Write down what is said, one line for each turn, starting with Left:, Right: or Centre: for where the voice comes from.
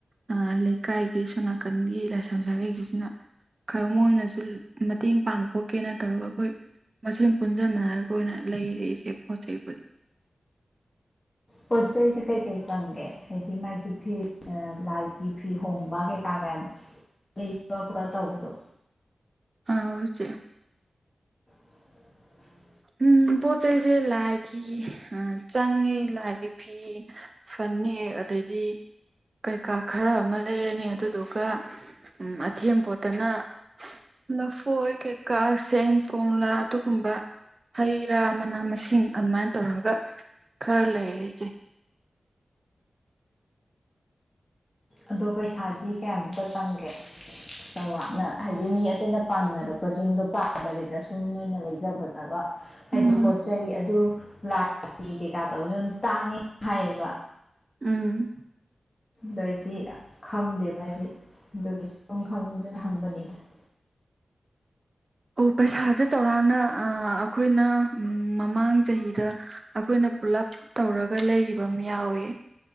Right: ꯑ ꯂꯩꯀꯥꯏꯒꯤ ꯁꯣꯅꯥꯀꯟꯒꯤ ꯂꯥꯏꯁꯝ ꯁꯥꯒꯩꯒꯤꯁꯤꯅ ꯈꯔ ꯃꯣꯏꯅꯁꯨ ꯃꯇꯦꯡ ꯄꯥꯡꯒꯦ ꯈꯣꯀꯦꯅ ꯇꯧꯔꯒ ꯑꯈꯣꯏ ꯃꯁꯦꯟ ꯄꯨꯟꯖꯟꯅꯔ ꯑꯈꯣꯏꯅ ꯂꯩꯔꯦ ꯏꯆꯦ ꯄꯣꯠ ꯆꯩꯕꯨꯗꯤ
Left: ꯄꯣꯠ ꯆꯩꯩꯁꯦ ꯀꯩꯀꯩ ꯆꯪꯒꯦ ꯍꯥꯏꯗꯤ ꯃꯥꯒꯤ ꯐꯤ ꯑꯥ ꯂꯥꯏꯒꯤ ꯐꯤ ꯍꯣꯡꯕ ꯀꯩꯀꯥ ꯒꯌꯥꯝ ꯂꯩꯕ <unintelligible> ꯇꯧꯕꯗꯣ
Right: ꯑꯥꯎ ꯏꯆꯦ
Left: <unintelligible>
Right: ꯎꯝ ꯄꯣꯠ ꯆꯩꯖꯦ ꯂꯥꯏꯒꯤ ꯑꯥ ꯆꯪꯉꯤ ꯂꯥꯏꯒꯤ ꯐꯤ ꯐꯅꯦꯛ ꯑꯗꯩꯗꯤ ꯀꯩꯀꯥ ꯈꯔ ꯑꯃ ꯂꯩꯔꯅꯤ ꯑꯗꯨꯗꯨꯒ ꯎꯝ ꯑꯊꯦꯝꯄꯣꯠꯇꯅ ꯂꯐꯣꯏ ꯀꯩꯀꯥ ꯁꯦꯡ ꯀꯣꯝꯂꯥ ꯑꯇꯨꯒꯨꯝꯕ ꯍꯩ ꯔꯥ ꯃꯅꯥ ꯃꯁꯤꯡ ꯑꯟꯃꯥꯏ ꯇꯧꯔꯒ ꯈꯔ ꯂꯩꯔꯦ ꯏꯆꯦ
Left: ꯑꯗꯣ ꯄꯩꯁꯥꯗꯤ ꯀꯌꯥꯃꯨꯛꯀꯥ ꯆꯪꯒꯦ ꯆꯧꯔꯥꯛꯅ ꯍꯥꯏꯗꯤ ꯃꯤ ꯑꯇꯩꯅ ꯄꯥꯡꯅꯔꯛꯄ ꯖꯤꯡꯗꯣ ꯄꯥꯗꯕꯤꯗ ꯁꯨꯝ ꯅꯣꯏꯅ ꯂꯩꯖꯕꯗꯒ ꯍꯥꯏꯗꯤ
Right: ꯎꯝ
Left: ꯄꯣꯠꯆꯩꯩ ꯑꯗꯨ ꯂꯥꯏꯒꯤ ꯀꯩꯀꯥ ꯇꯧꯕꯖꯨ ꯑꯗꯨꯝ ꯇꯥꯡꯉꯦ ꯍꯥꯏ ꯑꯦꯕ꯫
Right: ꯎꯝ
Left: ꯗ ꯑꯩꯗꯤ ꯈꯪꯗꯦꯕ ꯍꯥꯏꯗꯤ ꯑꯗꯨꯒꯤ ꯁꯨꯝ ꯈꯪꯅꯤꯡꯗꯅ ꯍꯪꯕꯅꯤꯗ꯫
Right: ꯑꯣ ꯄꯩꯁꯥꯁꯦ ꯆꯥꯎꯔꯥꯛꯅ ꯑꯥ ꯑꯈꯣꯏꯅ ꯃꯃꯥꯡ ꯆꯍꯤꯗ ꯑꯈꯣꯏꯅ ꯄꯨꯂꯞ ꯇꯧꯔꯒ ꯂꯩꯒꯤꯕ ꯑꯃ ꯌꯥꯎꯋꯦ꯫